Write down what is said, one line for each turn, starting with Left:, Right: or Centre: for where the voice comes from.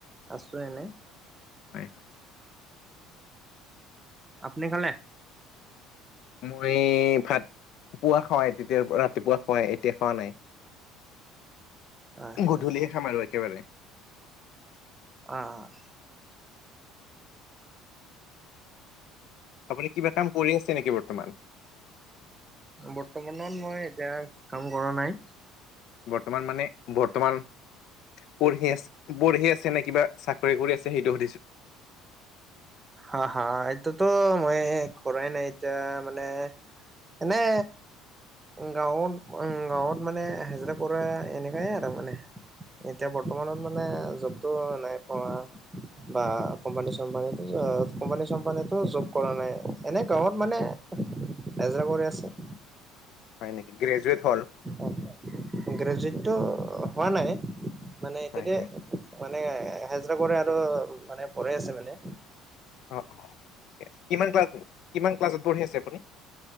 Right: আছো এনে।
Left: হয়।
Right: আপুনি খালে?
Left: মই ভাত পুৱা খুৱায়, তেতিয়াৰ পৰা ৰাতিপুৱা খুৱাই এতিয়া খোৱা নাই।
Right: অ ঠিক
Left: গধূলিয়ে
Right: আছে
Left: খাম আৰু একেবাৰে।
Right: অ, অ।
Left: আপুনি কিবা কাম কৰি আছে নেকি বৰ্তমান?
Right: বৰ্তমানত মই এতিয়া কাম কৰা নাই।
Left: বৰ্তমান মানে বৰ্তমান পঢ়ি আছে পঢ়ি আছে নে কিবা চাকৰি কৰি আছে সেইটো সুধিছো?
Right: হা, হা। এটোতো মই কৰাই নাই এতিয়া মানে এনে গাঁৱত উম গাঁৱত মানে এ হেজৰা কৰা এনেকাই আৰু মানে। এতিয়া বৰ্তমানত মানে জবটো নাই পোৱা বা কম্পানী- চম্পানীত আ কোম্পানী-চম্পানীটো জব কৰা নাই। এনে গাঁৱত মানে এজৰা কৰি আছে।
Left: হয় নেকি গ্ৰেজুৱেট হল।
Right: অ, অ। গ্ৰেজুৱেটটো হোৱা নাই। মানে এতিয়াতে
Left: হয়,
Right: মানে হাজৰা কৰে আৰু মানে পঢ়ে আছে মানে।
Left: অ ঠিকে আছে, কিমান ক্লাছ কিমান ক্লাছত পঢ়ি আছে আপুনি?